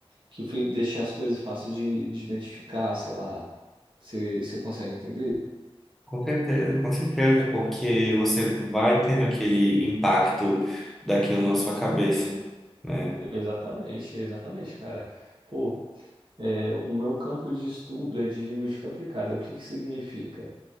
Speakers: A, on the right; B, in the centre.
A: que fi- deixe as coisas fáceis de, de identificar, sei lá. Você você consegue entender?
B: Com certeza, com certeza, porque você vai tendo aquele impacto daquilo na sua cabeça, né?
A: Exatamente, exatamente, cara. Pô, é, o meu campo de estudo é de linguística aplicada. O que que significa?